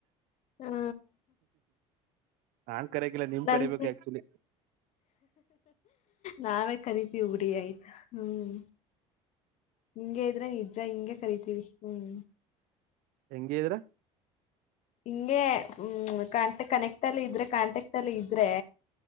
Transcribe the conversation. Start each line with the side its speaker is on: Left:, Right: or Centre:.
Left: ಹಾ
Right: ನಾಂಗ ಕರೆಯಕ್ಕಿಲ್ಲ ನಿಮ್
Left: ನನ್
Right: ಕರಿಬೇಕು ಆಕ್ಚುಲಿ
Left: ನಾವೇ ಕರಿೀತೀವಿ ಉುಡಿ ಆಯ್ತು ಹ್ಮ್ ಹಿಂಗಗೆ ಇದ್ರೆ ನಿಜ ಹಿಂಗೆ ಕರಿತೀವಿ ಹ್ಮ್
Right: ಹೆಂಗ ಇದ್ರ
Left: ಹಿಂಗೆ ಹ್ಮ ಕಾಂ ಕನೆಕ್ಟ್ ಅಲ್ಲಿ ಇದ್ರೆ ಕಾಂಟೆಕ್ಟ್ ಅಲ್ಲಿ ಇದ್ರೆ